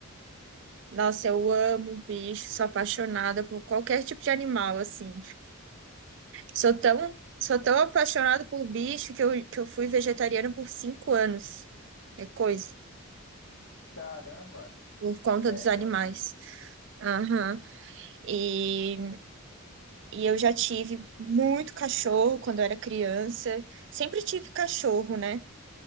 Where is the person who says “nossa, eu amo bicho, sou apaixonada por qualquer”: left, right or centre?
Right